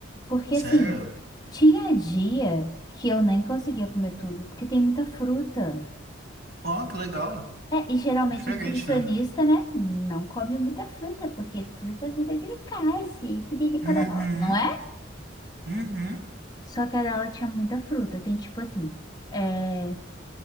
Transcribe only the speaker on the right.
Sério?
Ó, que legal.
Diferente,
né?
Uhum,
uhum.